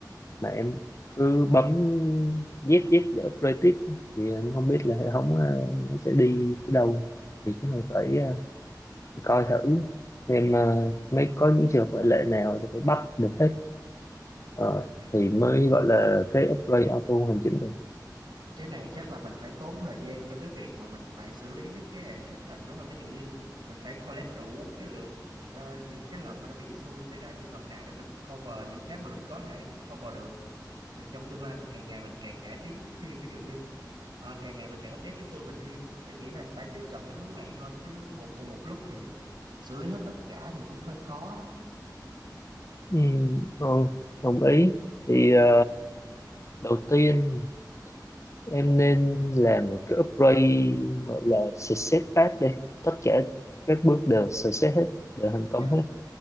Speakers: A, on the left (about 40°); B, on the right (about 80°).
A: mà em cứ bấm dép dép để upload tiếp thì anh không biết là hệ thống ờ, nó sẽ đi tới đâu thì cái này phải ờ, coi thử xem ờ, mới có những trường hợp ngoại lệ nào thì phải bắt được hết Ờ,
B: ờ.
A: thì mới gọi là cái upgrade auto hoàn chỉnh mình
B: cái này chắc là mình phải tốn thời gian cho cái việc mà mình phải xử lý mấy cái exception đúng không? Ví dụ như mình phải collect đủ cái lượng ờ, những cái lần mà nó bị issue xảy ra trường hợp nào để mình cover những cái mà mình có thể cover được. Rồi trong tương lai thì càng ngày mình càng cải tiến thêm ví dụ như ờ, càng ngày mình càng update cái tool mình thêm. Em nghĩ là phải tiếp cận cái hướng này thôi chứ một cùng một lúc thì xử lý hết tất cả thì cũng hơi khó đó.
A: ừ, ừ, đồng ý thì ờ, đầu tiên em nên làm một cái upgrade gọi là success path đây tất cả các bước đều success hết đều thành công
B: Dạ,
A: hết